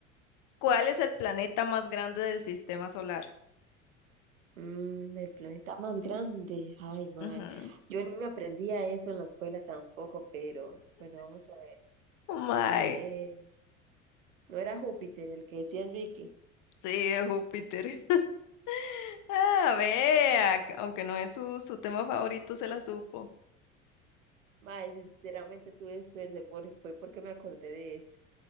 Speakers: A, on the left; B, on the right.
A: ¿Cuál es el planeta más grande del sistema solar?
B: Mm, el planeta más grande. Ay, mae.
A: Ujú.
B: Yo ni me aprendía eso en la escuela tampoco, pero bueno, vamos a ver.
A: Mae,
B: Eh, No era Júpiter el que decía Enrique.
A: sí, es Júpiter. <laughs> Ah, vea, que aunque no es su, su tema favorito, se la supo.
B: Mae, sinceramente tuve suerte, por, fue porque me acordé de eso.